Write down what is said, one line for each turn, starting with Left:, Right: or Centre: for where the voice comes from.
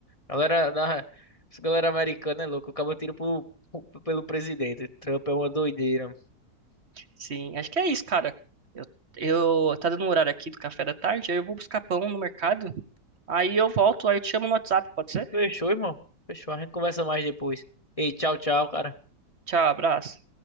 Left: Galera, da, essa galera americana é louca. Acaba tiro pro, pro- pelo presidente. Trump é uma doideira.
Right: Sim, acho que é isso, cara. Eu, eu tá dando um horário aqui do café da tarde, aí eu vou buscar pão no mercado. Aí eu volto, aí eu te chamo no WhatsApp, pode ser?
Left: Fechou, irmão. Fechou. A gente conversa mais depois. Ei, tchau, tchau, cara.
Right: Tchau, abraço.